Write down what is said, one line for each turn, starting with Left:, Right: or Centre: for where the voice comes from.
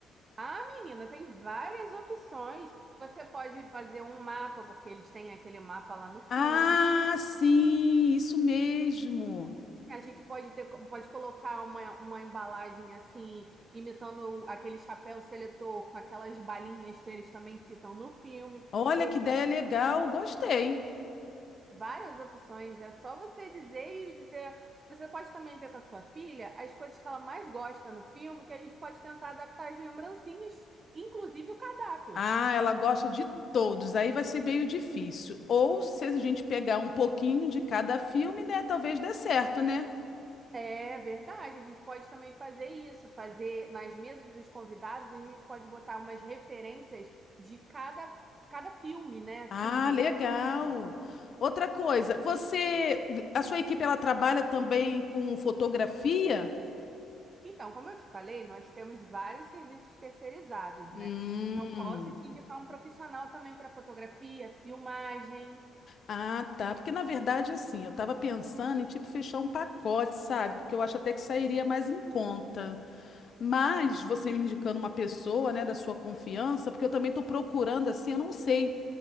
Right: Ah, menina, tem várias opções. Você pode fazer um mapa, porque eles têm aquele mapa lá no filme.
Left: Ah, sim, isso mesmo.
Right: A gente pode ter, pode colocar uma, uma embalagem assim, imitando aquele chapéu seletor com aquelas balinhas que eles também citam no filme.
Left: Olha
Right: E
Left: que ideia legal, gostei.
Right: várias opções. É só você dizer e dizer. Você pode também ver com a sua filha as coisas que ela mais gosta no filme, que a gente pode tentar adaptar as lembrancinhas, inclusive o cardápio.
Left: Ah, ela gosta de todos, aí vai ser meio difícil. Ou se a gente pegar um pouquinho de cada filme, né, talvez dê certo, né?
Right: É verdade, a gente pode também fazer isso, fazer nas mesas dos convidados, a gente pode botar umas referências de cada, cada filme, né? Assim,
Left: Ah, legal.
Right: o tema.
Left: Outra coisa, você, a sua equipe ela trabalha também com fotografia?
Right: Então, como eu te falei, nós temos vários serviços terceirizados,
Left: Hum.
Right: né? Então, posso te indicar um profissional também para fotografia, filmagem.
Left: Ah, tá. Porque na verdade, assim, eu estava pensando em tipo fechar um pacote, sabe? Porque eu acho até que sairia mais em conta. Mas você me indicando uma pessoa, né, da sua confiança, porque eu também estou procurando, assim, eu não sei.